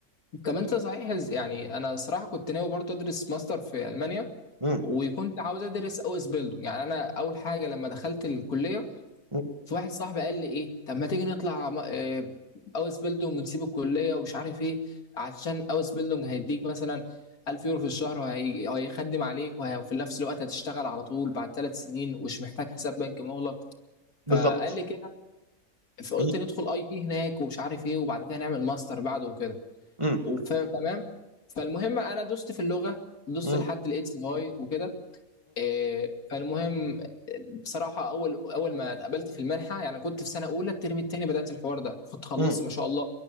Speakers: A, on the left; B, on the right.
A: طب انت صحيح يعني انا صراحه كنت ناوي برضه ادرس ماستر في المانيا
B: مهم.
A: وكنت عاوز ادرس او اس بيلدو يعني انا اول حاجه لما دخلت الكليه
B: مهم.
A: في واحد صاحبي قال لي ايه طب ما تيجي نطلع م- آه، او اس بيلدونج ونسيب الكليه ومش عارف ايه عشان او اس بيلدونج هيديك مثلا 1000 يورو في الشهر وهي- وهيخدم عليك وه- وفي نفس الوقت هتشتغل على طول بعد ثلاث سنين ومش محتاج حساب بنكي مغلق
B: بالظبط
A: فقال لي كده فقلت
B: مم.
A: ندخل اي تي هناك ومش عارف ايه وبعد كده نعمل ماستر بعده وكده
B: مم.
A: وف- تمام فالمهم انا دوست في اللغه دوست
B: مم.
A: لحد الاكس واي وكده إيه، فالمهم بصراحة أول أول ما اتقبلت في المنحة يعني كنت في سنة أولى الترم التاني بدأت الحوار ده كنت خلصت
B: مم.
A: ما شاء الله